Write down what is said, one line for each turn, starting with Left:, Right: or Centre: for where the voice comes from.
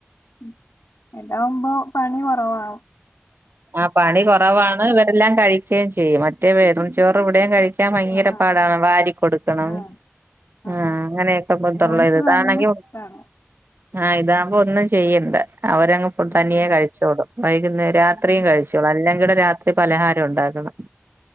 Left: <inaudible> ഇതാവുമ്പോ പണി കൊറവാ
Right: ആ പണി കൊറവാണ് ഇവരെല്ലാം കഴി ക്കേം ചെയ്യും മറ്റേ വെറും ചോറ് ഇവിടെം കഴിക് ക്കാൻ ഭയങ്കര
Left: ആഹ് ആഹ്
Right: പാടാണ് വാരി കൊടുക്കണം
Left: ആഹ് ആഹ്
Right: ഉം
Left: ആഹ്
Right: അങ്ങനൊക്കെ ബുദ്
Left: മോൻക്ക്
Right: <unintelligible> ഇതാണെങ്കിൽ
Left: നല്ല ഇഷ്ടാണ്
Right: ആ ഇതാവുമ്പോ ഒന്നും ചെയ്യണ്ട അവരങ്ങ് ഫുഡ്‌ തനിയെ
Left: ആഹ് ആഹ്
Right: കഴിച്ചോളും വൈകുന്നേര രാത്
Left: ആഹ്
Right: കഴിച്ചോളും അല്ലെങ്കിവ്ടെ രാത്രി പലഹാരം ഉണ്ടാക്കണം